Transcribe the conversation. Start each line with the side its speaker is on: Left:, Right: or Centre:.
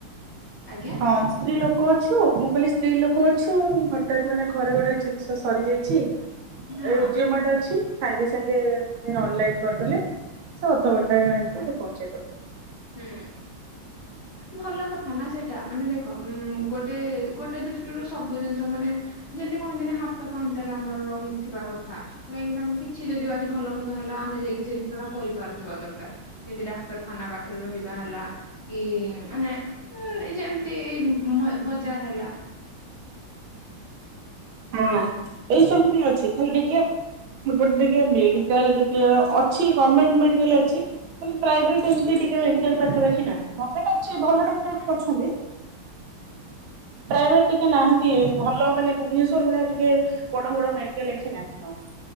Left: ଆଜ୍ଞା
Right: ହଁ ସ୍ତ୍ରୀ ଲୋକ ଅଛୁ ମୁଁ କହିଲି ସ୍ତ୍ରୀ ଲୋକ ଅଛୁ ହଠାତ୍ ମାନେ ଘରେ ଗୋଟେ ଜିନିଷ ସରିଯାଇଛି
Left: ହଁ
Right: ଏ ଜିଓ ମାର୍ଟ ଅଛି ସାଙ୍ଗେ ସାଙ୍ଗେ ଆମେ ଅନଲାଇନ କରିଦେଲେ ସ ଅଧଘଣ୍ଟା ଆଣିକି ପହଁଚାଇ
Left: ହୁଁ ଭଲ କଥା ନା ସେଇଟା ମାନେ ଦେଖ ଉଁ ଗୋଟେ ଗୋଟେ ଦୃଷ୍ ସବୁ ଜିନିଷ ମାନେ ଯେମିତି କହନ୍ତିନି ହାତ ପାହାନ୍ତରେ ଆମର ରହିଥିବା କଥା କାହିଁକିନା କିଛି ଯଦି ଆଜି ଭଲମନ୍ଦ ହେଲା ଆମେ ଯାଇକି ସେ ଜିନିଟଟା କରି ପାରୁଥିବା ଦରକାର ଯେମତି ଡାକ୍ତରଖାନା ପାଖରେ ରହିବା ହେଲା କି ମାନେ ହୁଁ ଏ ଯେମତି ଏଇ ବ-ବଜାର ହେଲା।
Right: ହଁ ଏଇ ସବୁ ବି ଅଛି ଖାଲି ଟିକେ ଏପଟେ ଟିକେ ମେଡିକାଲ ଟିକେ ଅଛି ଗର୍ମେଣ୍ଟ ମେଡିକାଲ ଅଛି। ମାନେ ପ୍ରାଇଭେଟ ଏମିତି ଟିକେ ମେଡିକାଲ ପାଖାପାଖି ନାହିଁ ଗମେଣ୍ଟ ଅଛି ଭଲ ଡକ୍ଟର ବି ଅଛନ୍ତି। ପ୍ରାଇଭେଟ ଟିକେ ନାହାନ୍ତି ଭଲ ମାନେ ଭୁବନେଶ୍ୱର ଭଳିଆ ଟିକେ ବଡ ବଡ ମେଡିକାଲ ଏଠି ନାହିଁ ଆଉ।